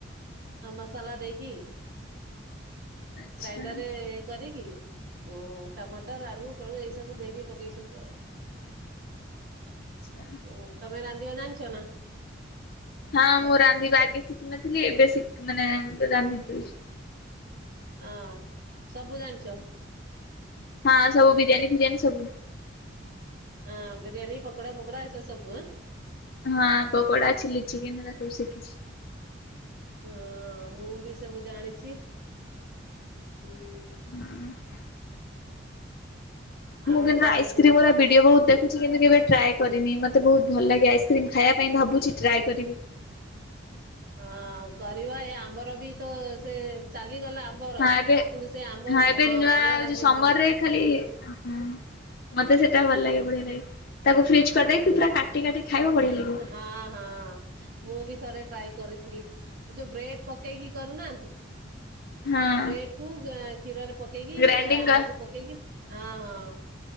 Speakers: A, on the right; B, on the left.
A: ମସଲା ଦେଇକି
B: ଆଚ୍ଛା
A: ଗ୍ରାଇଣ୍ଡର ରେ କରିକି ହୁଁ ଟମାଟର ଆଳୁ ଫଳୁ ଏଇ ସବୁ ଦେଇକି ପକେଇଛନ୍ତି ଆଉ।
B: ଆଚ୍ଛା।
A: ହୁଁ ତମେ ରାନ୍ଧିବା ଜାଣିଛ ନା।
B: ହଁ ମୁଁ ରାନ୍ଧିବା ଆଗେ ଶିଖିନଥିଲି ଏବେି ଶିକି ମାନେ ରାନ୍ଧି ଦଉଚି।
A: ହଁ ସବୁ ଜାଣିଚ।
B: ହଁ ସବୁ ବିରିୟାନୀ ଫିରିୟାନୀ ସବୁ।
A: ହଁ ବିରିୟାନୀ ପକୋଡ଼ା ଫକୋଡା ଏସବୁ ସବୁ ଆଁ।
B: ହଁ ପକୋଡା ଚିଲି ଚିକେନ ଏରା ସବୁ ଶିଖିଛି।
A: ହଁ ମୁଁ ବି ସବୁ ଜାଣିଛି ହଁ।
B: <unintelligible>
A: ଆଉ
B: ମୁଁ କିନ୍ତୁ
A: କଣ
B: ଆଇସ୍କ୍ରିମ
A: କୁହ?
B: ଉରା ଭିଡିଓ ବହୁତ ଦେ କୁଚି କେବେ ଟ୍ରାଏ କରିନି ମତେ ବହୁତ ଭଲ ଲାଗେ ଆଇସ୍କ୍ରିମ୍ ଖାଇବା ପାଇଁ ଭାବୁଛି ଟ୍ରାଏ କରିବି।
A: ହଁ କରିବା ଏଇ ଆମ୍ବର ବି ତ ସେ ଚାଲିଗଲା ଆ ମ୍ବର
B: ହଁ ଏବେ
A: କିନ୍ତୁ ସେ ଆମ୍ବ
B: ଏବେ
A: ହଁ
B: ନୂଆ
A: ବଢିଆ ଲାଗିବ
B: ଯୋଉ ସମରରେ
A: ସେ।
B: ଖାଲି ହଁ ମତେ ସେଟା ଭଲ ଲାଗେ ବଢିଆ ଲାଗେ। ତାକୁ ଫ୍ରିଜ୍ କରିଦେଇକ
A: ହଁ
B: ପୁରା କାଟି କାଟି ଖାଇବା ବଢିଆ ଲାଗିବ।
A: ହଁ ହଁ। ମୁଁ ବି ଥରେ ଟ୍ରାଏ କରିଥିଲି ଯୋଉ ବ୍ରେଡ ପକେଇକି କରୁନାହାନ୍ତି।
B: ହଁ
A: ବ୍ରେଡ କୁ କ୍ଷୀରରେ ପକେଇକି
B: ଗ୍ରାଇଣ୍ଡିଙ୍ଗ
A: ଆମ୍ବ କୁ ପକେଇକି। ହଁ ହଁ